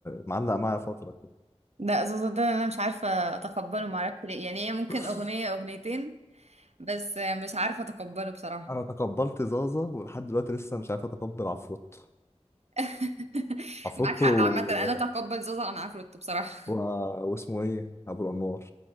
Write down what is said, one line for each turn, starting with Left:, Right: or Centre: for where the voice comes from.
Left: معلق معايا فترة كده
Right: لا زوزو ده انا مش عارفه اتقبله ما اعرفش ليه يعني هي ممكن
Left: <laughs>
Right: اغنيه اغنيتين بس مش عارفه اتقبله بصراحه
Left: أنا تقبلت زازا ولحد دلوقتي لسه مش عارف أتقبل عفروتو
Right: <laughs>
Left: عفروتو
Right: معاك حق
Left: و...
Right: عامه انا اتقبل زوزو عن عفروتو بصراحه
Left: و... واسمه إيه أبو الأنوار